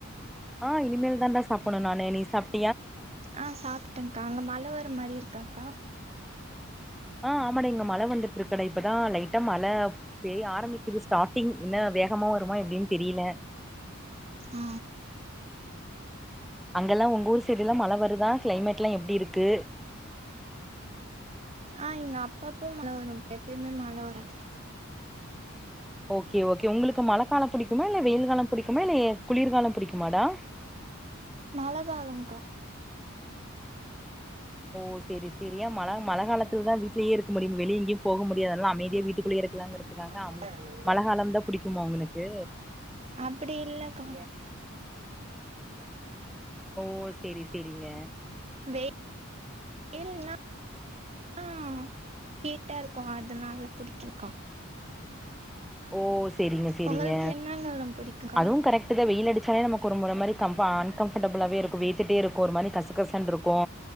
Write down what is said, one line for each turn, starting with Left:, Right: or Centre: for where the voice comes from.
Centre: அ இனிமேல் தான்டா சாப்பிடணு நானு நீ சாப்ப
Right: அ சாப்பிட்டேனக்கா அங்க மழ வர மாரி இருக்காக்கா
Centre: அ ஆமாட இங்க மழ வந்துட்டு இருக்கடா இப்பதா லைட்டா மழ பேய்ய ஆரம்பிக்குது ஸ்டார்ட்டிங் என்ன வேகமா வருமா எப்டின்னு தெரியல
Right: அ
Centre: அங்கெல்லா உங்க ஊர் சைடுலா மழ வருதா கிளைமேட்ல்லா எப்டி இருக்கு
Right: அ இங்க அப்ப அப்ப மழ வருக்கா எப்பயுமே மழ வராது
Centre: ஓகே ஓகே உங்ளுக்கு மழ காலோ புடிக்குமா இல்ல வெயில் காலோ புடிக்குமா இல்ல ஏ குளிர் காலோ புடிக்குமாடா
Right: மழ காலோக்கா <inaudible>
Centre: ஓ செரி செரி ஏ மழ மழ காலத்தில தா வீட்லயே இருக்க முடியு வெளி எங்கயு போக முடியாதல்ல அதனால அமைதியா வீட்டுக்குள்ளயே இருக் லங்கிறதுக்காக
Right: இருவது
Centre: அமை மழ காலோதா புடிக்குமா உங்ளுக்கு
Right: அப்பிடி இல்லக்கா
Centre: ஓ செரி செரிங்க
Right: வெ வெயில்னா னா ஹீட்டா இருக்கு அதுனால புடிக்குக்கா
Centre: ஓ சேரிங்க சேரிங்க
Right: உங்களுக்கு என்னகாலோ புடிக்குக்கா
Centre: அதுவும் கரெக்ட் <unintelligible> நமக்கு ஒரு மாரி கம் அன்கம்ஃபர்டபுளாவ இருக்கு வேத்துட்டே இருக்கு ஒரு மாரி கசகசன்னு இருக்கு